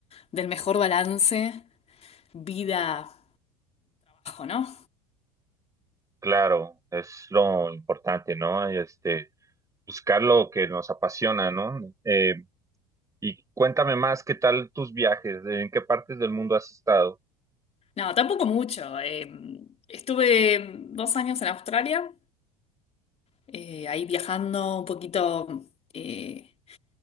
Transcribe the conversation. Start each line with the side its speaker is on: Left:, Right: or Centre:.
Left: del mejor balance vida-trabajo, ¿no?
Right: Claro, es lo importante, ¿no? Este, buscar lo que nos apasiona, ¿no? Eh, y cuéntame más, ¿qué tal tus viajes? ¿En qué partes del mundo has estado?
Left: No, tampoco mucho. eh, estuve dos años en Australia, eh, ahí viajando un poquito, eh,